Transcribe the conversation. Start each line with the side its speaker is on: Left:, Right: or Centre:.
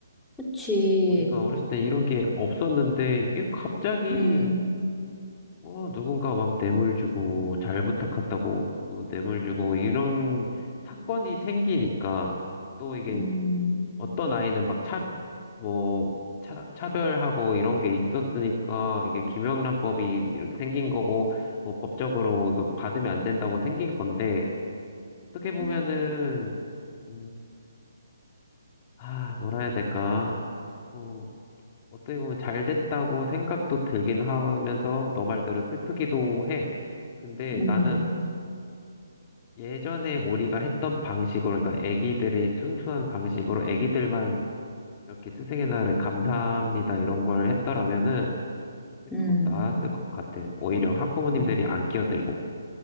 Centre: 그치.
Left: 우리가 어렸을 때 이런 게 없었는데 이게 갑자기
Centre: 음,
Left: 어, 누군가 막 뇌물 주고 잘 부탁한다고 그 뇌물 주고 이런 사건이 생기니까 또 이게
Centre: 음,
Left: 어떤 아이는 막 차, 뭐, 차, 차별하고 이런 게 있었으니까 이게 김영란법이 이렇게 생긴 거고 뭐 법적으로 이거 받으면 안 된다고 생긴 건데 어떻게 보면은,
Centre: 음,
Left: 음, 아, 뭐라 해야 될까. 어, 어떻게 보면 잘 됐다고 생각도 들긴 하면서 너 말대로 슬프기도 해. 근데
Centre: 음,
Left: 나는 예전에 우리가 했던 방식으로, 그러니까 애기들이 순수한 방식으로 애기들만 이렇게 스승의 날에 감사합니다 이런 걸 했더라면은
Centre: 음.
Left: 더 나았을 것 같아. 오히려 학부모님들이
Centre: 음.
Left: 안 끼어들고,